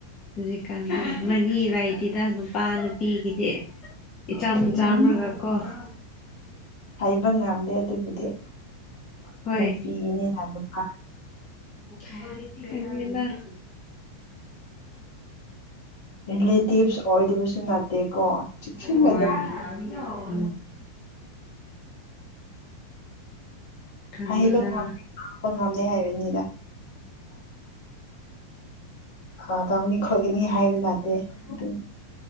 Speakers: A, on the left; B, on the left.
A: ꯍꯧꯖꯤꯛꯀꯥꯟ ꯃꯔꯤ ꯂꯩꯥꯇꯦꯗ ꯅꯨꯄꯥ ꯅꯨꯄꯤꯒꯤꯗꯤ ꯏ ꯆꯝ
B: ꯎꯝ
A: ꯆꯝꯔꯒꯀꯣ <inaudible>
B: ꯕ ꯉꯝꯗꯦ ꯑꯗꯨꯕꯨꯗꯤ
A: ꯍꯣꯏ
B: ꯅꯨꯄꯤꯅꯤꯅ ꯅꯨꯄꯥ
A: <unintelligible> ꯅꯦꯅꯥ
B: ꯑꯗꯨꯗꯤ ꯔꯤꯜ <unintelligible> ꯑꯣꯏꯗꯕꯁꯨ ꯅꯠꯇꯦꯀꯣ ꯆꯦꯛꯁꯤꯟꯒꯗ
A: ꯍꯣꯏ <inaudible> ꯈꯪꯗꯦꯗ
B: ꯍꯥꯏꯕ ꯉꯝꯕ ꯉꯝꯗꯦ ꯍꯥꯏꯕꯅꯤꯗ ꯑꯥ ꯇꯧꯅꯤ ꯈꯣꯠꯀꯅꯤ ꯍꯥꯏꯕ ꯅꯠꯇꯦ
A: ꯎꯝ
B: ꯑꯗꯨꯝ